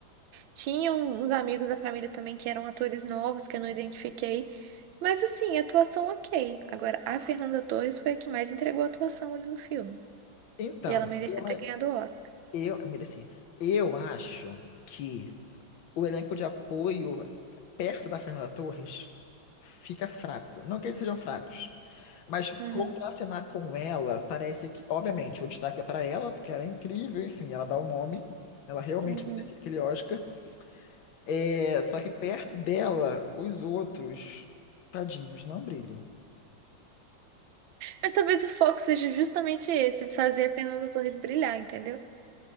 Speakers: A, on the right; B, on the left.
A: Tinha um- uns amigos da família também que eram atores novos que eu não identifiquei, mas assim, atuação ok. Agora, a Fernanda Torres foi a que mais entregou a atuação ali no filme
B: Então,
A: e ela merecia
B: eu,
A: ter ganhado o Oscar.
B: eu merecia. Eu acho que o elenco de apoio perto da Fernanda Torres, fica fraco. Não que eles sejam fracos, mas
A: Uhum,
B: contracenar com ela parece que, obviamente, o destaque é pra ela, porque ela é incrível, enfim, ela dá o nome. Ela realmente
A: uhum.
B: merecia aquele Oscar. É, só que perto dela, os outros, tadinhos, não brilham.
A: Mas talvez o foco seja justamente esse, fazer a Fernanda Torres brilhar, entendeu?